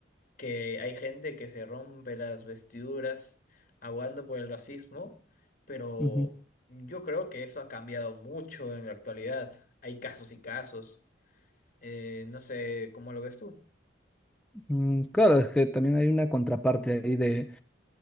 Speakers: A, on the left; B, in the centre.
A: que hay gente que se rompe las vestiduras aguando por el racismo, pero
B: ujú.
A: yo creo que eso ha cambiado mucho en la actualidad. Hay casos y casos. Eh, no sé cómo lo ves tú.
B: Mm, claro, es que también hay una contraparte ahí de,